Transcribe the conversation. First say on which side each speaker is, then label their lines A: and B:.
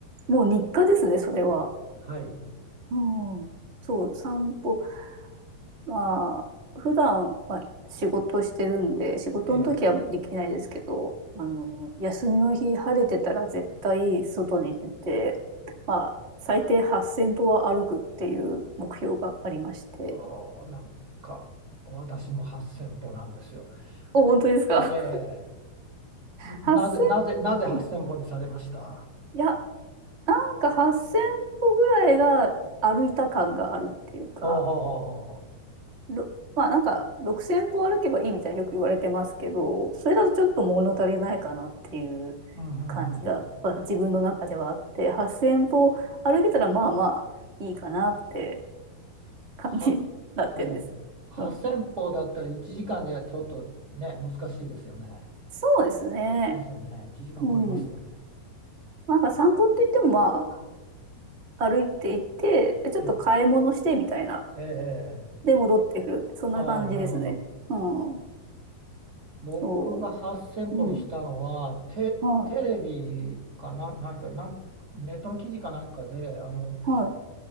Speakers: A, on the right; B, on the right.
A: もう日課ですね、それは。
B: はい。
A: うん。そう、散歩。まあ、普段は仕事してるんで、仕事の時はできないですけど、
B: ええ。
A: あの、休みの日晴れてたら絶対外に出て、まあ、最低8000歩は歩くっていう目標がありまして。
B: おーなんか、私も8000歩なんですよ。
A: お、本当ですか
B: ええ。
A: 8000
B: なぜ、なぜ、なぜ8000歩にされました
A: <laughs> いや、なんか8000歩ぐらいが歩いた感があるっていうか、
B: ほうほうほうほうほ
A: ろまあなんか6000歩歩けばいいみたいによく言われてますけど、それだとちょっと物足りないかなっていう感じが、
B: う。うんうんうん。
A: まあ、自分の中ではあって、8000歩歩けたらまあまあいいかなって感じになってるんです。
B: は、はい。8000歩だったら1時間じゃちょっとね、
A: うん、
B: 難しいですよね。
A: そうですね。
B: ですよね。1時間超えますよね。
A: うん。なんか散歩って言ってもまあ歩いていって、ちょっと買い物してみたいな
B: ええええ、
A: で、戻ってくるって、そんな感じですね。
B: ああ、なるほど。
A: うん。
B: 僕が8000歩にしたのは、
A: そう。うん。
B: テ、
A: はい。
B: テレビかな、何か、なん、ネットの記事かなんかで、あの、
A: はい。